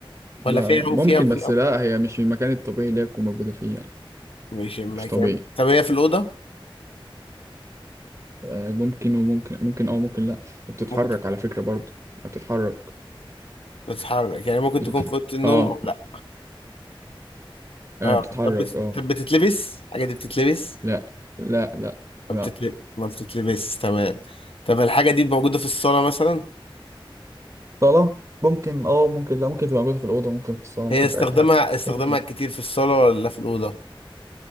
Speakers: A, on the left (about 85°); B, on the right (about 30°).
A: ولا
B: لا
A: فيها
B: لا ممكن
A: فيها في
B: بس لا هي مش في المكان الطبيعي اللي هي تكون موجودة فيه يعني
A: مش المكان
B: مش طبيعي
A: طب هي في الأوضة
B: آه، ممكن وممكن ممكن او ممكن لا وبتتحرك
A: ممكن تكون
B: على فكرة برضو بتتحرك
A: بتتحرك يعني ممكن
B: بتتح...
A: تكون في أوضة النوم
B: اه
A: أو لا
B: آه،
A: اه
B: بتتحرك
A: طب بت-
B: اه
A: طب بتتلبس الحاجة دي بتتلبس
B: لا لا لا
A: ما
B: لا
A: بتتلب ما بتتلبس تمام طب الحاجة دي موجودة في الصالة مثلا
B: صالة ممكن اه ممكن لا ممكن تبقى موجودة في الأوضة ممكن في الصالة
A: هي
B: ممكن
A: استخدامها
B: في أي حتة
A: استخدامها
B: أي حتة
A: الكتير في الصالة ولا في الأوضة